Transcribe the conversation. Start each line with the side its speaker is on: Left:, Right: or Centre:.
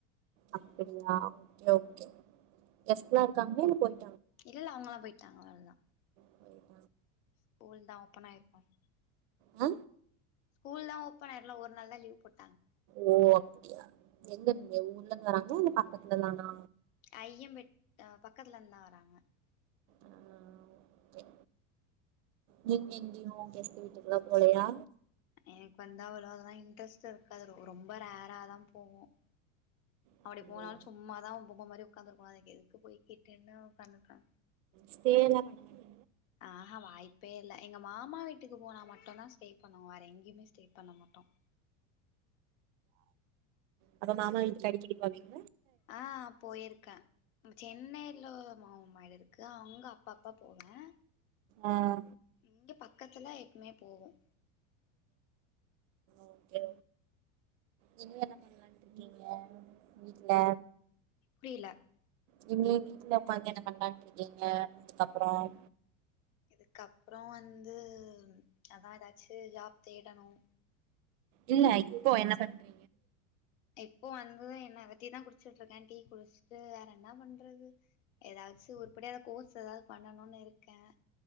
Left: ஃபுல்
Right: அப்படியா
Left: டேவு
Right: ஓகே ஓகே கெஸ்ட்லாம் இருக்காங்களா இல்ல போய்
Left: இல்ல அவுங்கல்லாம் போயிட்டாங்க அவ்ளோதான்
Right: ஓ
Left: ஸ்கூல் தான் ஓப்பன் ஆயிருக்கும்
Right: ஆ
Left: ஸ்கூல் தான் ஓப்பன் ஆயிடும்ல ஒரு நாள் தான் லீவ் போட்
Right: ஓ அப்படியா எங்க
Left: ம்.
Right: நீங்க ஊ ர்ல இருந்து வராங்களா இல்ல பக்கத்துல தானா
Left: ஐயம்பேட்ட பக்கத்துல இருந்து தான் வராங்க
Right: ஆஹ ஓகே நீங்க எங்கையும் கெஸ்ட் வீட்டுக்குல்லாம் போலையா
Left: எனக்கு வந்தா அவ்வளோ அதெல்லாம் இன்ட்ரெஸ்ட் இருக்காது ரொம்ப ரேராாதான் போவோம் அப்படி
Right: அப்டியா
Left: போனாலும் சும்மாதான் பொம்ம மாதிரி உட்கந்துருக்கனும் அதுக்க எதுக்கு போய்கிட்னு உட்காந்துபேன்
Right: ஸ்டே எல்லாம் பண்ணமாட்டீக
Left: ஆஹஹா வாய்ப்பே இல்லை எங்கள் மாமா வீட்டுக்கு போனால் மட்டும் தான் ஸ்டே பண்ணுவோம் வேற எங்க யுமே ஸ்டே பண்ண மாட்டோம்
Right: அப்ப மாமா வீட்டுக்கு அடிக்கடி போவீங்க
Left: ஆஹ போயிருக்கேன் சென்னை இல மாமா வீடு இருக்கு அவுங்க அப்ப அப்ப போவேன்
Right: ஆஹ
Left: இங்க பக்கத்துல எப்பவுமே போவோம்
Right: ஓகே இன்னும் என்ன பண்ணலான்ட்டு இருக்கீங்க வீட்ல
Left: புரியலா
Right: நீங்க வீட்ல உக்காந்து என்ன பண்ணலாம்னு இருக்கீங்க அதுக்கப்புறம்
Left: இதுக்கப்புறம் வந்து அதான் ஏதாச்சும் ஜாப் தேடணும்
Right: இல்ல இப்போ என்ன பண்றீங்க
Left: இப்போ வந்து என்ன வெட்டியா தான் குடிச்சிட்டு இருக்கேன் டீ குடிச்சுட்டு என்ன பண்றது ஏதாச்சும் உருப்படியா கோர்ஸ் ஏதாது பண்ணணும்னு இருக்கு இக்க